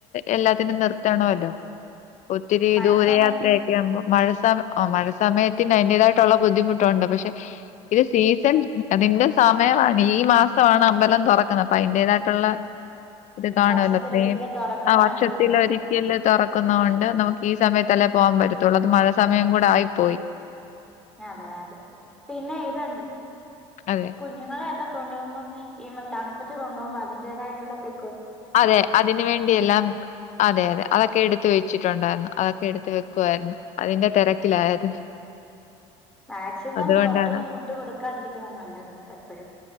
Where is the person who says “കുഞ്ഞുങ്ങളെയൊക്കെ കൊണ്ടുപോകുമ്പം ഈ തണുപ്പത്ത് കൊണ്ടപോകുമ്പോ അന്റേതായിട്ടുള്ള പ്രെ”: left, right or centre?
Centre